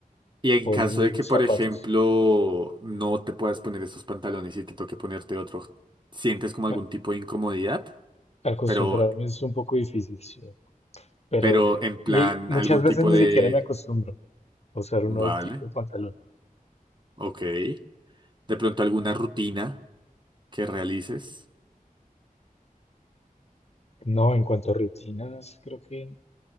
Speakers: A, on the right; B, on the left.
A: Y en
B: o
A: caso
B: los mismos
A: de que, por
B: zapatos.
A: ejemplo, no te puedas poner esos pantalones y te toque ponerte otro, ¿sientes como
B: A-
A: algún tipo de incomodidad?
B: acostumbrarme
A: Pero,
B: es un poco difícil, sí. Pero,
A: pero en plan,
B: y muchas
A: algún
B: veces
A: tipo
B: ni
A: de...
B: siquiera me acostumbro a usar un nuevo
A: Vale,
B: tipo de pantalón.
A: ok. De pronto alguna rutina que realices.
B: No, en cuanto a rutinas, creo que,